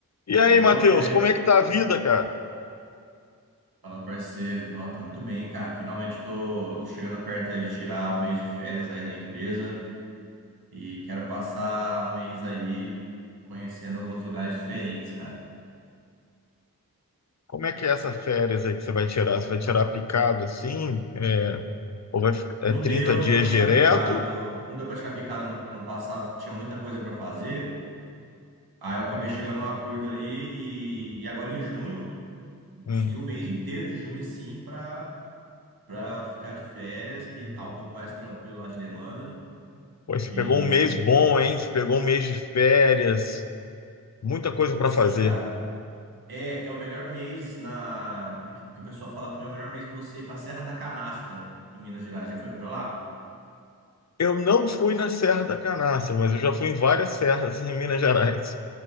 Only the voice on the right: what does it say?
Alô,
e aí?
Fala, parceiro. Nossa, tá muito bem, cara. Finalmente tô, tô chegando perto aí de tirar um mês de férias aí da empresa e quero passar um mês aí conhecendo alguns lugares diferentes, cara.
Não
deu,
não deu pra tirar
picado, não deu pra tirar picado no ano passado, porque tinha muita coisa pra fazer. Aí eu acabei chegando num acordo ali e, e agora em junho, eu consegui
o mês inteiro de junho, assim, pra, pra ficar de férias, que tá um pouco mais tranquilo lá de demanda.
E
sim,
cara. É, é o melhor mês na. é Que, que o pessoal fala pra mim, é o melhor mês pra você ir pra Serra da Canastra, em Minas Gerais. Já foi pra lá?